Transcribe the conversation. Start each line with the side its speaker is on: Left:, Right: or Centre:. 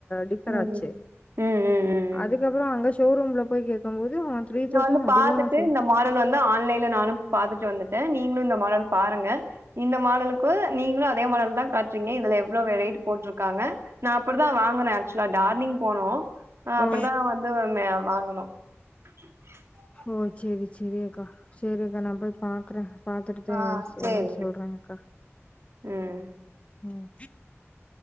Left: டிஃபர்
Right: ம்
Left: ஆச்சே
Right: ம் ம் ம் ம்
Left: அதுகப்பறோ அங்க ஷோரூம்ல போய் கே க்கு போது அவ த்ரீ
Right: இத
Left: தௌசண்ட்
Right: வந்து
Left: அதிகமா
Right: பாத்துட்டு
Left: சொல்றா
Right: மாடல் இந்த ஆன்லைன்ல நானு பாத்துட்டு வந்துட்டே நீங்களு இந்த மாடல் பாருங்க இந்த மாடலுக்கு நீங்களு அதே மாடல் தா காட்டுறீங்க இதுல எவ்ளோ வெ ரேட்டு போட்ருக்காங்க நா அப்டிதா வாங்கினே ஆக்சுவலா டார்னிங் போனோ ஹ அப்டிதா
Left: ஓ
Right: வந்து ஒன்னே வாங்கனு <inaudible>
Left: ஓ சேரி சேரி அக்கா சேரி அக்கா நா போய் பாக்குறே பாத்துட்டுதே
Right: ஆ
Left: சே
Right: சரிங்க.
Left: என்னனு சொல்றே கா
Right: ம்
Left: ம்